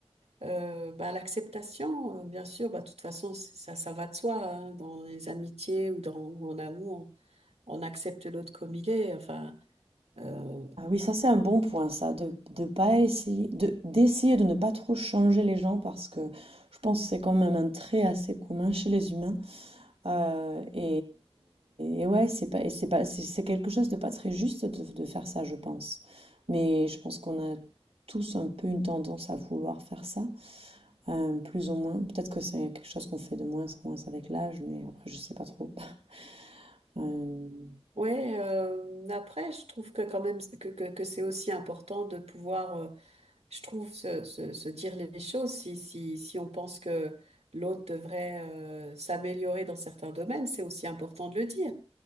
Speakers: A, on the right (about 80°); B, on the right (about 65°).
A: Euh, bah, l'acceptation, euh, bien sûr, bah, de toute façon, c'est- ça, ça va de soi, hein, dans les amitiés ou dans ou en amour, on, accepte l'autre comme il est. Enfin, euh,
B: Ah oui, ça c'est un bon point, ça, de, de pas essayer, de, d'essayer de ne pas trop changer les gens parce que je pense que c'est quand même un trait assez commun chez les humains Euh, et, et- et ouais, c'est pas, c'est pas, c'est c'est quelque chose de pas très juste de, de faire ça, je pense. Mais je pense qu'on a tous un peu une tendance à vouloir faire ça, euh, plus ou moins. Peut-être que c'est quelque chose qu'on fait de moins en moins avec l'âge, mais après, je sais pas trop. <laughs> Euh,
A: ouais. euh, après, je trouve que quand même que, que, que c'est aussi important de pouvoir, euh, je trouve, se, se, se dire les choses. Si si si on pense que l'autre devrait euh, s'améliorer dans certains domaines, c'est aussi important de le dire.